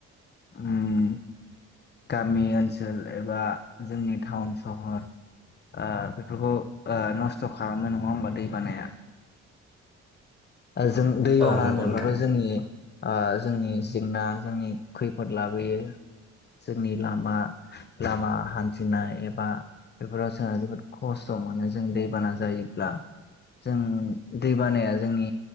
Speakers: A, on the left (about 35°); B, in the centre.
A: उम गामि ओनसोल एबा जोंनि टाउन सहर ओ बेफोरखौ ओ नस्थ' खालामो नङा होमबा दै बानाया जों दै
B: औ
A: बाना
B: नंगौ
A: होनोब्लाथ'
B: नोंथां
A: जोंनि ओ जोंनि जेंना जोंनि खैफोद लाबोयो जोंनि लामा लामा हान्थिनाय एबा बेफोराव जोंहा जोबोद खस्थ' मोनो जों दैबाना जायोब्ला जों दै बानाया जोंनि